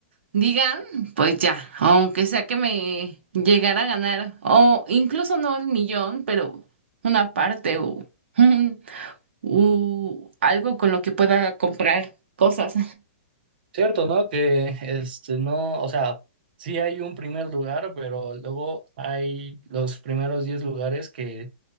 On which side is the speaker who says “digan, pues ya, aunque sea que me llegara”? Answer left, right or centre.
Right